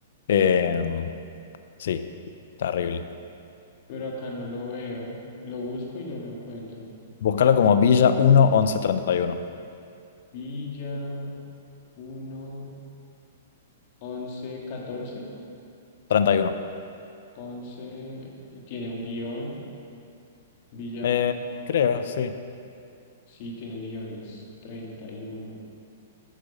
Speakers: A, on the left; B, on the left.
A: Eh, sí, terrible.
B: Pero acá no lo veo. Lo busco y no lo encuentro.
A: Búscalo como Villa 1 11 31.
B: Villa uno 11 14
A: 31.
B: once Y tiene un guión. Villa.
A: Eh, creo, sí.
B: Sí, tiene guiones. 31.